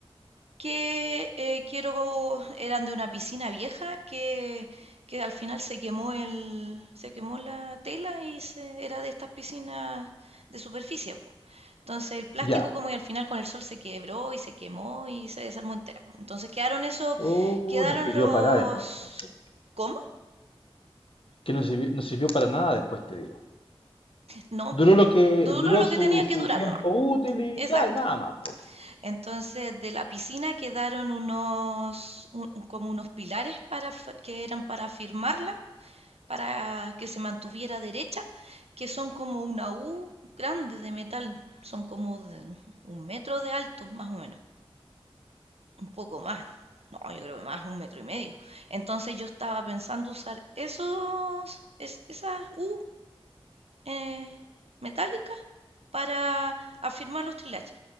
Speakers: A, on the right (about 85°); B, on the left (about 60°).
A: que eh, quiero, eran de una piscina vieja que, que al final se quemó el, se quemó la tela y se, era de estas piscinas de superficie, po. Entonces el plástico
B: Ya.
A: como y al final con el sol se quebró y se quemó y se desarmó entera, po. Entonces quedaron eso,
B: Uh,
A: quedaron
B: no sirvió
A: los,
B: para nada después, entonces.
A: ¿cómo?
B: Que no sirvió, no sirvió para nada después, te digo.
A: No,
B: Duró
A: pues,
B: lo que
A: duró
B: duró
A: lo
B: su,
A: que tenía que
B: su
A: durar
B: tiempo
A: nomás.
B: útil y claro,
A: Exacto.
B: nada más, po.
A: Entonces, de la piscina quedaron unos, un- como unos pilares para, f- que eran para firmarla para que se mantuviera derecha, que son como una U grande de metal, son como de un metro de alto, más o menos, un poco más, no, yo creo que más, un metro y medio. Entonces yo estaba pensando usar esos, es- esas U eh, metálicas para afirmar los trilatch.